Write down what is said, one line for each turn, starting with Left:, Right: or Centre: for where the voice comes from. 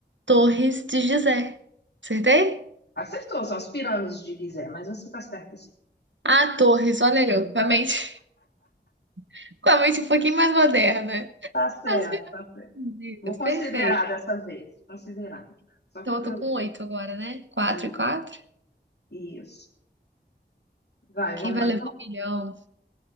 Right: Torres de Gizé. Acertei?
Left: Acertou, são as pirâmides de Gizé, mas você está certa sim.
Right: Ah, Torres, olha eu, com a mente, <laughs> com a mente um pouquinho mais moderna.
Left: Tá certo,
Right: As pirâmides,
Left: tá certo. Vou considerar
Right: perfeito.
Left: dessa vez, considerar. Só
Right: Então
Left: porque
Right: eu tô
Left: eu
Right: com oito agora, né? Quatro
Left: li
Right: e quatro.
Left: isso. Vai,
Right: Quem
Left: vamos
Right: vai
Left: lá.
Right: levar
Left: Então,
Right: um milhão?